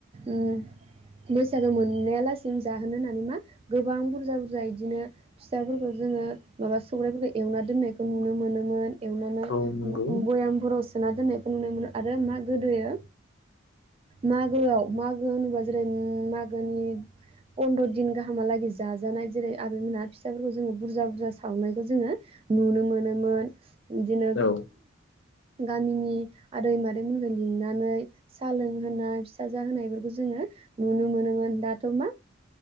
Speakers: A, on the right; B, on the left.
A: उम बैसागो मोननाया लासेनो जाहोनो होननानै मा गोबां बुरजा बुरजा बिदिनो फिथाफोरखौ जोङो माबा सौरायाइफोरखौ एवना दोननायखौ नुनो मोनोमोन। एवनानै
B: औ नंगौ
A: बयामफोराव सोना दोननायखौ नुनो मोनो आरो मा गोदोयो मागोआव मागो होनोबा जेरै मागोनि फन्द्र' दिन गाहामालागै जाजानाय जेरै आबैमोनहा फिसाफोरखौ जोङो बुरजा बुरजा सावनायखौ जोङो नुनो मोनोमोन। बिदिनो
B: औ
A: गामिनि आदै मादैमोनखौ लिंनानै साहा लोंहोनाय फिथाजाहोनायफोरखौ जोङो नुनो मोनोमोन दाथ' मा